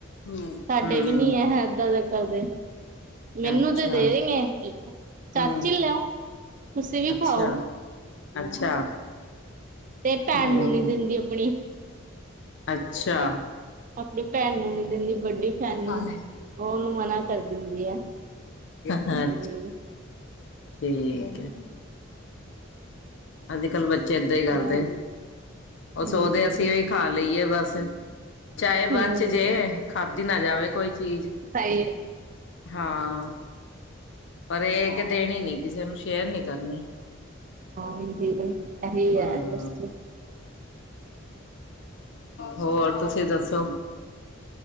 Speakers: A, on the left (about 60°); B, on the right (about 40°).
A: ਨਹੀਂ
B: ਸਾਡੇ
A: ਹਮ
B: ਵੀ ਨੀ ਹੈ ਏਦਾਂ ਦੇ ਕਰਦੇ ਮੈਨੂੰ
A: ਅੱਛਾ
B: ਤੇ ਦੇ ਦ ਚਾਚੀ
A: ਹੂੰ,
B: ਹੀ ਲੈਓ ਤੁਸੀਂ ਵੀ
A: ਅੱਛਾ,
B: ਖਾਓ
A: ਅੱਛਾ
B: ਤੇ ਭੈਣ
A: ਹੂੰ,
B: ਨੂੰ ਨੀ ਦਿੰਦੀ ਆਪਣੀ
A: ਅੱਛਾ
B: ਆਪਣੀ ਭੈਣ ਨੂੰ ਨੀ ਦਿੰਦੀ ਵੱਡੀ
A: ਰੋਟੀ
B: ਭੈਣ
A: ਖਾ
B: ਨੂੰ
A: ਲੈ
B: ਉਹਨੂੰ ਮਨਾ ਕਰ ਦਿੰਦੀ ਹੈ
A: ਅੱਛਾ
B: ਹਾਂਜੀ
A: ਠੀਕ ਹੈ ਅੱਜ ਕੱਲ੍ਹ ਬੱਚੇ ਏਦਾਂ ਹੀ ਕਰਦੇ
B: ਹਾਂ
A: ਉਹ
B: ਹਾਂਜੀ
A: ਸੋਦੇ ਅਸੀਂ ਉਹੀ ਖਾ ਲਈਏ ਬਸ ਚਾਏ ਬਚ
B: ਹਮ
A: ਚ ਜੇ ਖਾਧੀ ਨਾ ਜਾਵੇ ਕੋਈ ਚੀਜ਼
B: ਸਾਈਰ
A: ਹਾਂ ਪਰ ਇਹ ਕਿ ਦੇਣੀ ਨੀ ਕਿਸੇ ਨੂੰ ਸ਼ੇਅਰ ਨੀ ਕਰਨੀ
B: ਹਾਂ ਇ
A: ਹੂੰ।
B: ਹੈ ਵਸ
A: ਹੋਰ ਤੁਸੀਂ ਦੱਸੋ